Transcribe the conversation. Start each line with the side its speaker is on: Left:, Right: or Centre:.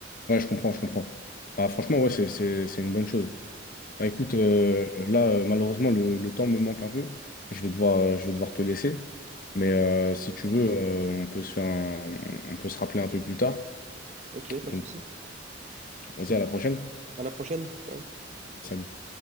Left: Ouais, je comprends, je comprends. Ah, franchement, ouais, c'est, c'est, c'est une bonne chose. Bah, écoute, euh,
Right: Ouais.
Left: là, euh, malheureusement, le, le temps me manque un peu. Je vais devoir, euh, je vais devoir te laisser. Mais euh, si tu veux, euh, on peut se faire un- on peut se rappeler un peu plus tard.
Right: Ok, pas
Left: Donc,
Right: de souci.
Left: vas-y, à la prochaine.
Right: À la prochaine. Ciao.
Left: Salut.